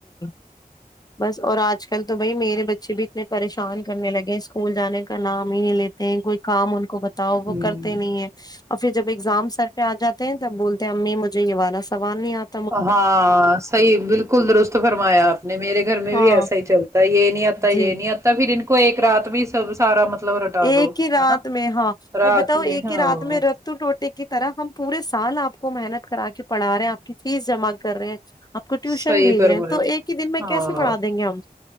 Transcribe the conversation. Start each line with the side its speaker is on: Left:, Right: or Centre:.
Left: <inaudible> بس اور آج کل تو بھائی میرے بچے بھی اتنے پریشان کرنے لگے ہیں اسکول جانے کا نام ہی نہیں لیتے ہیں کوئی کام ان کو بتاؤ وہ
Right: ہوں
Left: کرتے نہیں ہے اور پھر جب ایگزام سر پہ آ جاتے ہیں تب بولتے ہیں امی مج ھے یہ والا سوال نہیں آت
Right: ہاں صحیح بالکل درست فرمایا آپ نے میرے گھر میں
Left: ہاں
Right: بھی ایسا ہی چلتا ہے یہ نہیں آتا یہ
Left: جی
Right: نہیں آتا پھر ان کو ایک رات بھی سب سارا مطلب رٹا
Left: ایک
Right: دو
Left: ہی رات
Right: ہے نا
Left: میں ہاں
Right: رات
Left: اور بتاؤ
Right: میں
Left: ایک
Right: ہاں
Left: ہی رات میں ر ٹوٹے کی طرح ہم پورے سال آپ کو محنت کرا کے پڑا رہے ہیں آپ کی فیس جمع کر رہے ہیں آپ کو ٹیوشن
Right: صحیح
Left: بھیج
Right: فرمایا
Left: رہے ہیں تو ایک ہی دن میں
Right: ہاں
Left: کیسے پڑھا دیں گے ہم